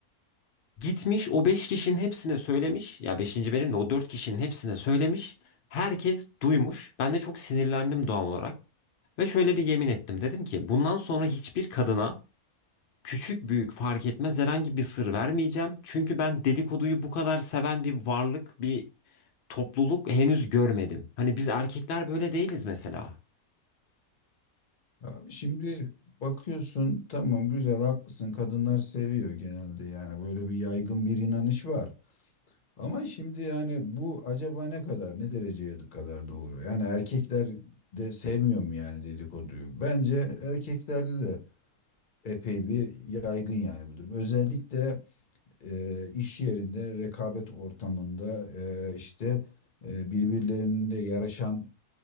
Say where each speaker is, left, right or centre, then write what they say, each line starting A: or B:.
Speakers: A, on the left; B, on the left.
A: Gitmiş o 5 kişinin hepsine söylemiş. Ya beşinci benim de o 4 kişinin hepsine söylemiş. Herkes duymuş. Ben de çok sinirlendim doğal olarak. Ve şöyle bir yemin ettim. Dedim ki bundan sonra hiçbir kadına küçük büyük fark etmez herhangi bir sır vermeyeceğim. Çünkü ben dedikoduyu bu kadar seven bir varlık, bir topluluk henüz görmedim. Hani biz erkekler böyle değiliz mesela.
B: Abi şimdi bakıyorsun tamam güzel haklısın kadınlar seviyor genelde yani böyle bir yaygın bir inanış var. Ama şimdi yani bu acaba ne kadar ne dereceye kadar doğru? Yani erkekler de sevmiyor mu yani dedikoduyu? Bence erkeklerde de epey bir yaygın yani bu durum. Özellikle e, iş yerinde, rekabet ortamında e, işte e, birbirlerine yarışan